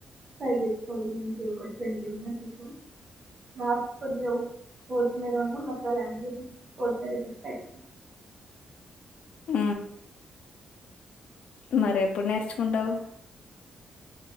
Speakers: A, on the right (about 35°); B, on the left (about 70°).
A: ఫ్రై చేసుకోవాలి మంచి ఒక ట్వంటీ మినిట్స్ అట్ల లాస్ట్ కొద్దిగా కొత్తిమీర ఉన్న మసాలా యాడ్ చేసే కొత్తిమీర వేసే ఐపో
B: ఊ మరి ఎప్పుడు నేర్చుకుంటవు